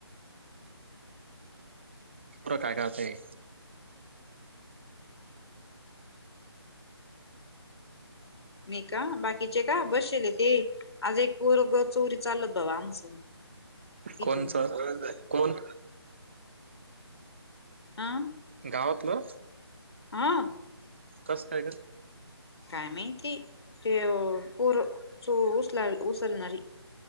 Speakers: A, on the right (about 25°); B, on the left (about 70°).
A: पोर काय करतय?
B: मी का बाकीचे का बसेले ते. आज एक पोरग चोरी चालत बा आमचं. इथून
A: कोणचं कोण?
B: हा
A: गावातलं
B: हा.
A: कस काय ग?
B: काय माहिती ते पोर चो उचल उचलणारी